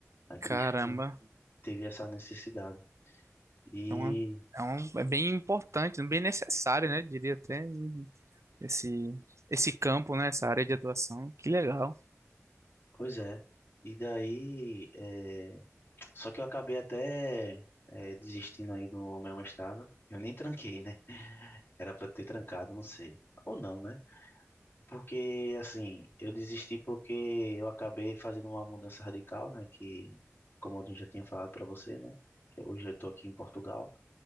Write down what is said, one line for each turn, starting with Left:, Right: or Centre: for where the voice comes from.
Left: Aí
Right: Caramba.
Left: por isso que teve essa necessidade. E,
Right: Então é, um, é um- é bem importante, bem necessário, né? Diria até esse, esse campo, né? Essa área de atuação. Que legal.
Left: pois é. E daí, é, só que eu acabei até é, desistindo aí no meu mestrado. Eu nem tranquei, né? Era pra ter trancado, não sei. Ou não, né? Porque, assim, eu desisti porque eu acabei fazendo uma mudança radical, né? Que, como eu já tinha falado pra você, né? Que hoje eu tô aqui em Portugal